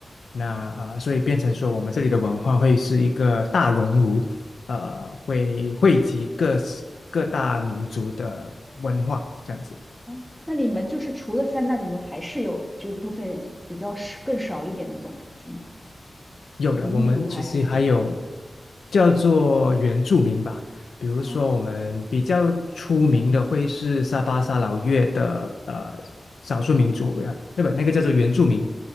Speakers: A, on the left; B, in the centre.
A: 那啊，所以变成说，我们这里的文化会是一个大熔炉，呃，会汇集各各大民族的文化这样子。
B: 哎，那你们就是除了三大种族，还是有就部分比较少更少一点的种族是吗？
A: 有的，
B: 民族还是种？
A: 我们其实还有叫做原住民吧，比如说我们比较出名的会是沙巴沙劳越的呃
B: 哦
A: 少数民族，呃，对吧？那个叫做原住民。